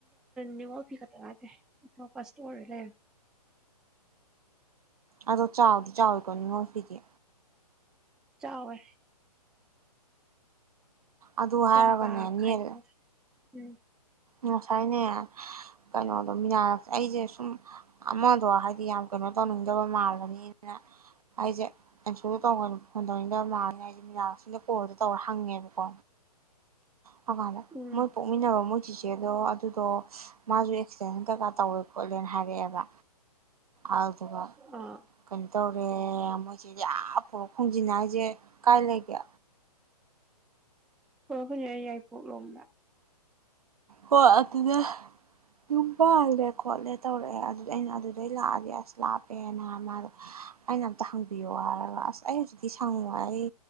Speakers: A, in the centre; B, on the right.
A: ꯅꯤꯉꯣꯜ ꯐꯤ ꯈꯛꯇ ꯅꯠꯇꯦꯑꯇꯣꯄ ꯁ꯭ꯇꯣꯔꯁꯨ ꯂꯩꯔꯕꯅꯤ
B: ꯑꯗꯣ ꯆꯥꯎꯗꯤ ꯆꯥꯎꯋꯤꯀꯣ ꯅꯤꯡꯉꯣ ꯐꯤꯒꯤ
A: ꯆꯥꯎꯥꯋꯦ
B: ꯑꯗꯨ ꯍꯥꯏꯔꯒꯅꯦ
A: ꯀꯥ ꯀꯥ ꯈꯥꯏꯗꯣꯛ
B: ꯅꯦꯜ
A: ꯎꯝ
B: ꯉꯁꯥꯏꯅꯦ ꯀꯩꯅꯣꯗꯣ ꯃꯤꯅꯥ ꯑꯩꯁꯦ ꯁꯨꯝ ꯑꯃꯗꯣ ꯍꯥꯏꯗꯤ ꯌꯥꯝ ꯀꯩꯅꯣ ꯇꯧꯅꯤꯡꯗꯕ ꯃꯥꯜꯂꯅꯤꯅ ꯑꯩꯁꯦ ꯑꯦꯟꯁꯔꯗ ꯇ ꯐꯣꯟ ꯇꯧꯅꯤꯡꯗꯕ ꯃꯥꯜꯂꯅꯤ ꯍꯥꯏꯔꯦ ꯃꯤꯅꯥꯛꯁꯤꯗ ꯀꯣꯜꯗꯣ ꯇꯧꯔ ꯍꯪꯉꯦꯕꯀꯣ ꯍꯪꯀꯥꯟꯗ
A: ꯎꯝ
B: ꯃꯣꯏ ꯄꯣꯛꯃꯤꯅꯕ ꯃꯣꯏ ꯁꯤꯁꯦ ꯑꯗꯣ ꯑꯗꯨꯗꯣ ꯃꯥꯁꯨ ꯑꯦꯛꯁꯤꯗꯦꯟ ꯀꯩꯀꯥ ꯇꯧꯔꯦ ꯈꯣꯠꯂꯦꯅ ꯍꯥꯏꯔꯛꯑꯦꯕ ꯑꯜꯗꯨꯒ
A: ꯑꯥ
B: ꯀꯟ ꯇꯧꯔꯦ ꯃꯣꯏꯁꯦ ꯌꯥꯝ ꯄꯨꯔꯣꯛ ꯈꯣꯡꯖꯤꯟ ꯍꯥꯏꯁꯦ ꯀꯥꯏ ꯂꯩꯒꯦ
A: ꯄꯨꯔꯣꯛ ꯈꯣꯟꯖꯤꯟ ꯍꯥꯢꯁꯦ ꯌꯥꯏꯔꯤꯄꯣꯛ ꯂꯣꯝꯗ
B: ꯍꯣꯏ ꯑꯗꯨꯗ ꯌꯨꯝ ꯄꯥꯜꯂꯦ ꯈꯣꯠꯂꯦ ꯇꯧꯔꯛꯑꯦ ꯑꯗꯨꯗꯤ ꯑꯩꯅ ꯑꯗꯨꯗꯩ ꯂꯥꯛꯑꯗꯤ ꯑꯁ ꯂꯥꯞꯄꯦꯅ ꯃꯥꯗꯣ ꯑꯩꯅ ꯑꯝꯇ ꯍꯪꯕꯤꯌꯣ ꯍꯥꯏꯔꯒ ꯑꯁ ꯑꯩ ꯍꯧꯖꯤꯛꯇꯤ ꯁꯪꯉꯣꯢ ꯑꯩ